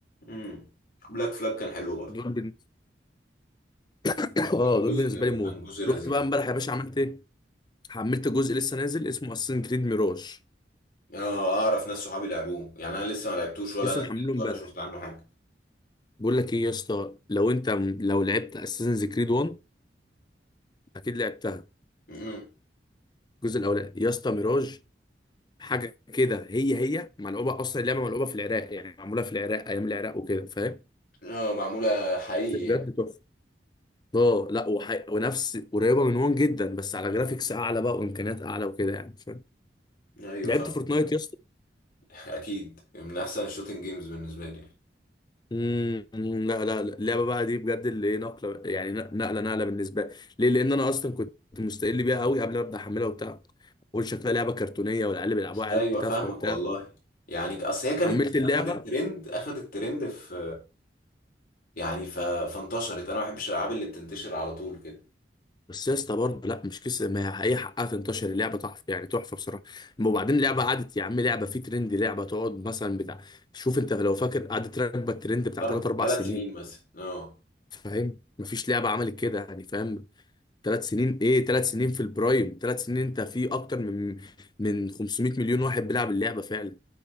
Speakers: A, on the left; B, on the left.
A: امم بلاك فلاج كان حلو برضه
B: دول بالنسبه <coughs> اه
A: كان جزء
B: دول بالنسبه لي موت
A: كان جزء لذيذ
B: رحت بقى امبارح يا باشا عملت ايه حملت جزء لسه نازل اسمه اساسن كريد ميراج
A: اه اعرف ناس صحابي لعبوه يعني انا لسه ما لعبتوش ولا
B: لسه
A: نزلت
B: محمله امبارح
A: ولا شفت عنه حاجه
B: بقول لك ايه يا اسطى لو انت لو لعبت اساسنز كريد 1 اكيد لعبتها
A: مم.
B: الجزء الاولاني يا اسطى ميراج حاجه كده هي هي ملعوبه اصلا اللعبه ملعوبه في العراق يعني معموله في العراق ايام العراق وكده فاهم
A: اه معموله حقيقي
B: بس
A: يعني
B: بجد تحفه اه لا وح... ونفس قريبه من 1 جدا بس على جرافيكس اعلى بقى وامكانيات اعلى وكده يعني فاهم
A: ايوه
B: لعبت
A: فاهم
B: فورتنايت يا اسطى،
A: <laughs> اكيد من احسن الشوتنج جيمز بالنسبه لي يعني.
B: امم لا لا لا. اللعبه بقى دي بجد اللي ايه نقله يعني نقله نقله بالنسبه لي ليه لان انا اصلا كنت مستقل بيها قوي قبل ما ابدا احملها وبتاع بقول شكلها لعبه كرتونيه والعيال بيلعبوها
A: ايوه
B: عيال تافهه
A: فاهمك
B: وبتاع
A: والله يعني اصل هي كانت
B: حملت اللعبه
A: اخذت ترند اخذت ترند في يعني ف... فانتشرت انا ما بحبش الالعاب اللي بتنتشر على طول كده
B: بس يا اسطى برضه لا مش كسر ما هي هي حقها تنتشر اللعبه تحفه يعني تحفه بصراحه أما وبعدين اللعبه قعدت يا عم لعبه في ترند لعبه تقعد مثلا بتاع شوف انت لو فاكر قعدت راكبه الترند بتاع
A: اربع
B: 3 4
A: ثلاث
B: سنين
A: سنين مثلا اه
B: فاهم مفيش لعبه عملت كده يعني فاهم ثلاث سنين ايه ثلاث سنين في البرايم ثلاث سنين انت في اكتر من من 500 مليون واحد بيلعب اللعبه فعلا